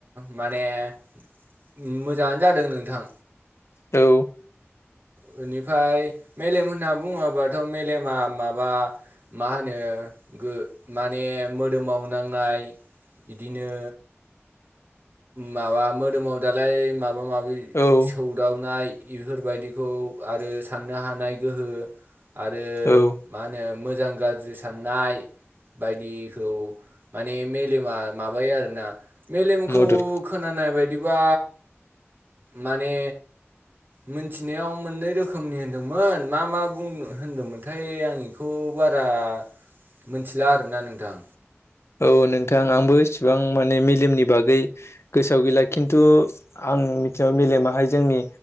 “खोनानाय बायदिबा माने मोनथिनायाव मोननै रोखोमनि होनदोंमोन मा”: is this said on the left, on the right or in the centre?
Right